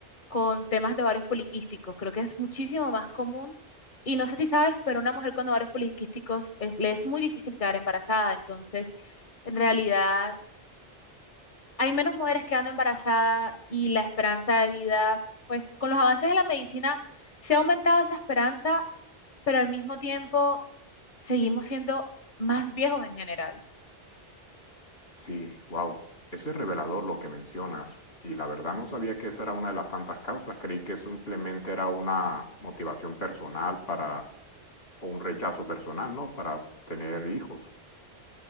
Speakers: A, on the left; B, on the left.
A: con temas de ovarios poliquísticos. Creo que es muchísimo más común. Y no sé si sabes, pero una mujer con ovarios poliquísticos es- le es muy difícil quedar embarazada. Entonces, en realidad hay menos mujeres quedando embarazadas y la esperanza de vida, pues con los avances de la medicina se ha aumentado esa esperanza, pero al mismo tiempo seguimos siendo más viejos en general.
B: Sí, wow. Eso es revelador lo que mencionas. Y la verdad no sabía que esa era una de las tantas causas. Creí que simplemente era una motivación personal para, o un rechazo personal, ¿no? Para tener hijos.